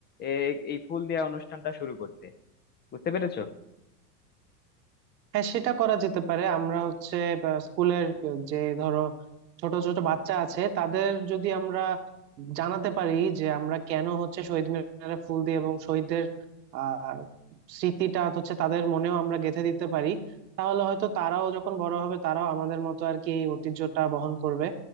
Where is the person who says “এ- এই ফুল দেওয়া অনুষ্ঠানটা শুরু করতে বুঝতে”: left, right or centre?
Left